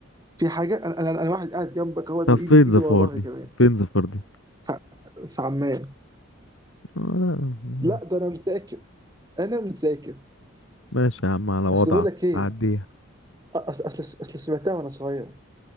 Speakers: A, on the right; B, on the left.
A: في حاجه انا انا أنا واحد قاعد جنبك اهوت وايدي
B: طب فين
A: ايدي
B: زفار
A: ورا ظهري
B: دي
A: كمان
B: فين زفار دي
A: ف- فعمال
B: آه، لا
A: لا ده انا مذاكر انا مذاكر
B: ماشي يا عم على وضعك
A: اصل بقول لك ايه
B: عديها
A: أ- اصل اصل أصل سمعتها وانا صغير